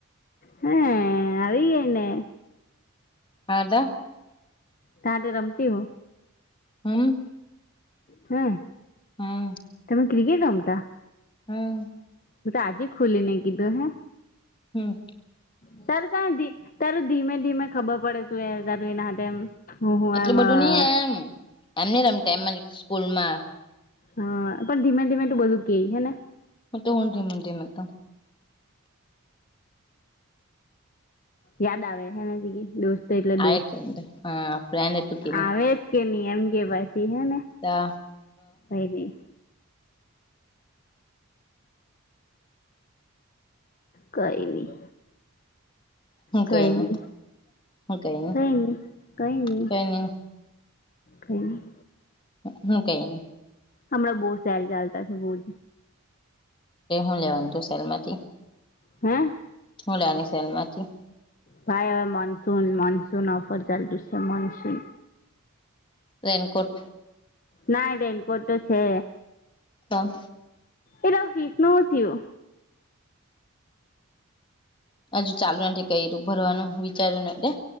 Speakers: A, on the left; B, on the left.
A: હા, આવી ગઈ ને
B: <unintelligible>
A: તારે રમતી હું.
B: હમ્મ.
A: હમ્મ,
B: હમ
A: તમે ક્રિકેટ રમતા?
B: હમ્મ.
A: તું તો આજે ખુલી ને કીધું હે.
B: હમ્મ.
A: <unintelligible> તારું ધીમે ધીમે ખબર પડે તું એ તારું એના હાથે એમ હું હું
B: એટલું
A: એમ
B: બધું
A: હ
B: ની એમ એમ ની રમતી એમ જ સ્કૂલમાં
A: હા, પણ ધીમે ધીમે તું બધું કેય હેને
B: હું તો હું ધીમે ધીમે કવ
A: યાદ આવે હે ને બીજી દોસ્ત તો એટલે
B: આ
A: દોસ,
B: હા ફ્રેન્ડ હતું કે નહી
A: આવે જ કે ની એમ કે પાછી હે ને
B: તા
A: કંઈની કઈની
B: હું
A: કઈની
B: કઈ નહી હું કઈ નહી
A: કઈની કઈની
B: કઈ નહી
A: કઈની
B: હું કઈની
A: હમણાં બહુ સેલ ચાલતા છે બોજ
B: તે હું લેવાની તું સેલમાંથી?
A: હે?
B: હું લેવાની સેલમાંથી?
A: કાઈ હવે મનસૂન, મનસૂન ઓફર ચાલતું સે મનસૂન.
B: રેનકોટ
A: ના રેઈનકોટ તો છે.
B: તો
A: એ તારું ફિસનું હું થિયુ?
B: હજુ ચાલુ નથી કર્યું, ભરવાનું વિચાર્યું ને એટલે